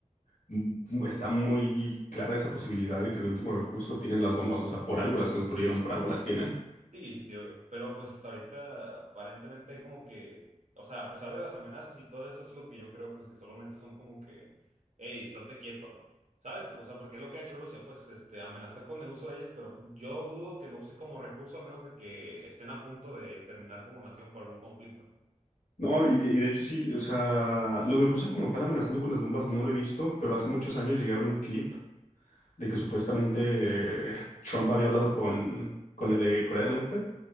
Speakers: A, on the left; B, on the right.
A: m- está muy clara esa posibilidad de que de último recurso tienen las bombas, o sea, por algo las construyeron, por algo las tienen.
B: Sí, sí, sí, obvio. Pero pues hasta ahorita aparentemente hay como que, o sea, a pesar de las amenazas y todo eso, es lo que yo creo, pues que solamente son como que, hey, estate quieto, ¿sabes? O sea, porque es lo que ha hecho Rusia, pues este, amenazar con el uso de ellas, pero yo dudo que lo use como recurso a menos de que estén a punto de terminar como nación por algún conflicto.
A: No, y de, y de hecho sí, o sea, lo de Rusia como tal amenazando con las bombas no lo he visto, pero hace muchos años llegué a ver un clip de que supuestamente eh, Trump había hablado con, con el de Corea del Norte